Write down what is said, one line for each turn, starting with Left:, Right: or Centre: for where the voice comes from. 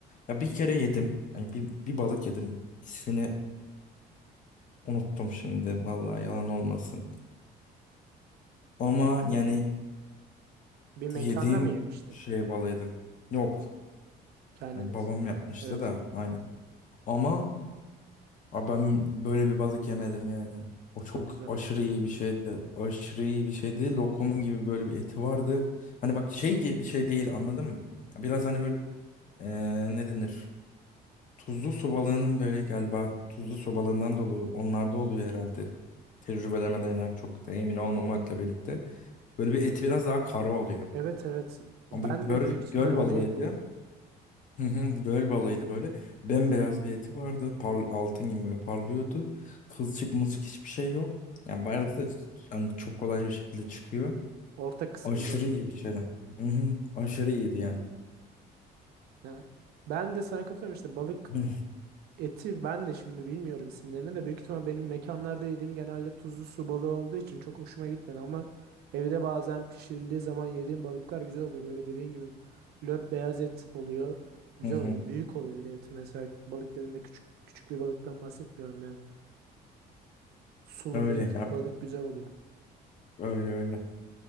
Left: Ya bir kere yedim. Yani bir, bir balık yedim. İsmini unuttum şimdi vallahi yalan
Right: Hı
Left: olmasın.
Right: hı.
Left: Ama yani
Right: Bir mekanda
Left: yediğim
Right: mı yemiştin
Left: şey balıydı. Yok.
Right: kendiniz?
Left: Yani babam yapmıştı
Right: Evet.
Left: da aynı Ama a, ben böyle bir balık yemedim yani. O çok
Right: Çok güzel.
Left: aşırı iyi bir şeydi. Aşırı iyi bir şeydi. Lokum gibi böyle bir eti vardı. Hani bak şey gibi şey değil anladın mı? Biraz hani böyle eee ne denir? Tuzlu su balığının böyle galiba tuzlu su balığından dolayı onlarda oluyor herhalde. Tecrübeleme dayanak çok da emin olmamakla birlikte. Böyle bir eti biraz daha kara oluyor.
Right: Evet evet.
Left: Ama
Right: Ben
Left: bu göl,
Right: de büyük ihtimal
Left: göl
Right: onu
Left: balığıydı.
Right: yedim.
Left: Hı hı, göl balığıydı böyle. Bembeyaz bir eti vardı. Par altın gibi böyle parlıyordu. Kılçık mılçık hiçbir şey yok. Yani bu da yani çok kolay bir şekilde çıkıyor.
Right: Hı. hı. Orta kısmında.
Left: Aşırı iyi bir şeydi. Hı hı, aşırı iyiydi yani.
Right: Yani ben de sana katılıyorum işte balık
Left: Hı
Right: Eti ben de şimdi bilmiyorum isimlerini de büyük ihtimal benim mekanlarda yediğim genelde tuzlu su balığı olduğu için çok hoşuma gitmedi ama evde bazen pişirildiği zaman yediğim balıklar güzel oluyor. Böyle dediğin gibi löp beyaz et oluyor. Güzel
Left: hı, hı.
Right: oluyor. Büyük oluyor bir de eti mesela balık dediğinde küçük küçük bir balıktan bahsetmiyorum yani. Sulu
Left: öyle
Right: bir
Left: yap.
Right: balık güzel oluyor.
Left: Öyle öyle.